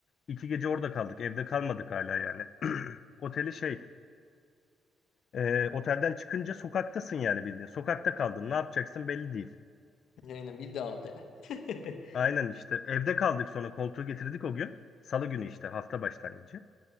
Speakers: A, on the left; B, on the left.
A: İki gece orada kaldık evde kalmadık hala yani. <clears throat> Oteli şey e, otelden çıkınca sokaktasın yani bildiğin sokakta kaldın ne yapacaksın belli değil.
B: <laughs> Aynen bir daha otele. <laughs>
A: Aynen işte evde kaldık sonra koltuğu getirdik o gün. Salı günü işte hafta başlangıcı.